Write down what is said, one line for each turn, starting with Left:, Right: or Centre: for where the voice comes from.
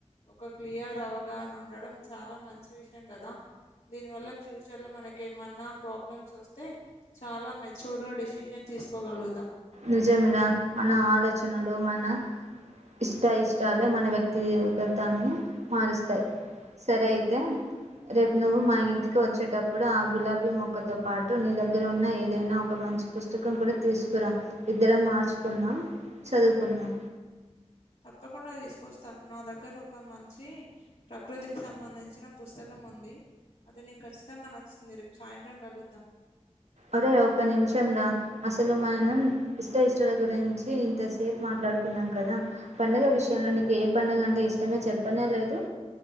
Left: ఒక క్లియర్ అవగా న ఉండడం చాలా మంచి విషయం కదా దీని వల్ల ఫ్యూచర్ లో మన కెమన్నా ప్రాబ్లమ్స్ వస్తే చాలా మెచ్యూర్డ్ గా డేసిషన్ తీసుకోగలుగుతాం
Right: నిజం రా మన ఆలోచనలు మన ఇష్ట ఇష్టాలు మన వ్యక్ వ్యక్తి గతాన్ని మారుస్తాయ్ సరే అయితే రేపు నువ్వు మా ఇంటికి వచ్చేటప్పుడు ఆ గులాబీ మొక్కతో పాటు నీ దగ్గర ఉన్న ఏదైనా ఒక మ మంచి పుస్తకం కూడా తీసుకు రా ఇద్దరం మార్చుకుందాం చదువుకుందాం
Left: తప్పకుండా తీసుకొస్తాను నా దగ్గర ఒక మంచి ప్రకృతికి సంబంధించిన పుస్తకం ఉంది అది నీకు ఖచ్చితంగా నచ్చుతుంది రేపు సాయంత్రం కలుద్దాం
Right: అరే ఒక్క నిమిషం రా అసలు మనం ఇష్ట ఇష్టాల గురించి ఇంతసేపు మాట్లా మాట్లాడుకున్నాం కదా పండగ విషయంలో నీకు ఏ పండగ అంటే ఇష్టమే చెప్పనే లేదు